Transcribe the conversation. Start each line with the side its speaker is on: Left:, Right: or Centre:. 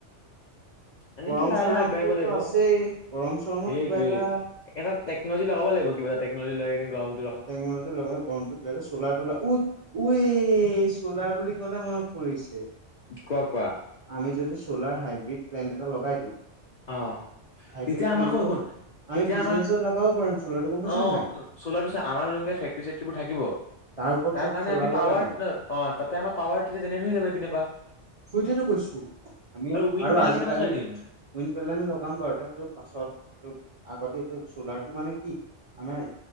Left: এনেকে
Right: গৰম
Left: লাহে
Right: চৰমটোতো
Left: লাহে আগবাঢ়িব লাগিব।
Right: আছেই গৰম চৰমত
Left: সেইটোৱে,
Right: কিবা এটা
Left: এটা টেকনলজি লগাব লাগিব কিবা এটা টেকনোলজি লৈমিনি গৰমতো
Right: টেকনলজিটো লগাই গৰমটো কিবাটা চ'লাৰ তলাৰ উ ওৱ চলাৰ বুলি কওঁতে মনত পৰিছে।
Left: কোৱা কোৱা।
Right: আমি যদি চলাৰ হাইব্ৰীড প্লেণ্ট এটা লগাই দিওঁ।
Left: অ
Right: হাইব্ৰীড
Left: তেতিয়া
Right: প্লেনটো
Left: আমাৰ শুন শুন
Right: আমি
Left: তেতিয়া
Right: বিজনেচত
Left: আমাক
Right: লগাব পাৰিম চোলাৰটো গম পাইচা
Left: অ
Right: নাই।
Left: চ'লাৰটো আমাৰ যেনেকে ফেক্টীৰি চেক্টিবোৰ থাকিব
Right: ওপৰত
Left: তাৰ
Right: চব
Left: কাৰণে
Right: চ'লাৰ
Left: আমি পাৱাৰ
Right: লগাই দিম
Left: ন অঁ, তাতে আমাৰ পাৱাৰ তেতিয়া যেনেকৈ হৈ যাব পিন্ধিবা।
Right: সুইতেতো কৈছো, আমি
Left: উইণ্ড
Right: আৰু
Left: পেনেল
Right: আজিকালি
Left: কেইটামান চলাই দিম
Right: পেলেন লগাম বাৰুতে, সেইটো পাছত আগতে এইটো চ'লাৰটো মানে কি আমাৰ